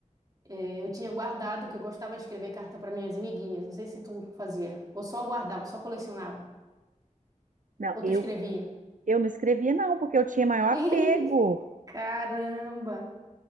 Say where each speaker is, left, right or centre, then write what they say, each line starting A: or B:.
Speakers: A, on the right (about 30°); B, on the right (about 80°).
A: é, eu tinha guardado que eu gostava de escrever carta para minhas amiguinhas. Não sei se tu fazia, ou só guardava, só colecionava,
B: Não,
A: ou
B: eu,
A: tu escrevia.
B: eu não escrevia não, porque eu tinha maior
A: <laughs>
B: apego.
A: Caramba!